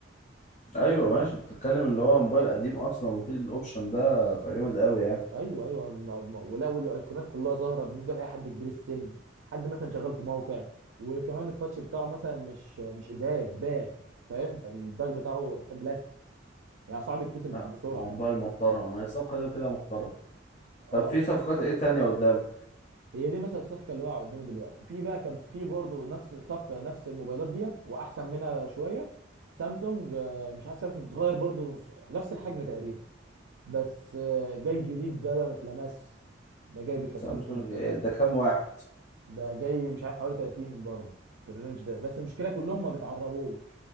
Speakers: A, on the left (about 40°); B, on the right (about 80°).
A: ايوه ماشي انت بتتكلم اللي هو موبايل قديم اصلا وفي الاوبشن ده فجامد اوي
B: <laughs>
A: يعني
B: ايوه ايوه ما- ما- ولا والايقونات كلها ظاهره بالنسبه لاي حد كبير السن حد مثلا شغال في موقع وكمان التاتش بتاعه مثلا مش مش ازاز باغ فاهم فالباغ بتاعه يحب بلاستيك يعني صعب يتكسر
A: لا
B: بسرعه
A: هو
B: يعني
A: موبايل محترم هي الصفقه دي كده محترم
B: اه
A: طب في صفقات ايه تانية قدام
B: هي دي مثلا الصفقه اللي واقعه قدامي دلوقتي في بقى كان في برضه نفس صفقه نفس الموبايلات ديت واحسن منها شويه سامسونج آه، مش عارف سامسونج صغير برضه ص- نفس الحجم تقريبا بس آه، جاي جديد ده بقى ما اتلمس ده جاي بكرتونته
A: سامسونج
B: ما اتلمس
A: إيه ده كام واحد
B: ده جاي مش عارف حوالي 30 برضه في الرينج ده بس المشكله كلهم ما بيتعربوش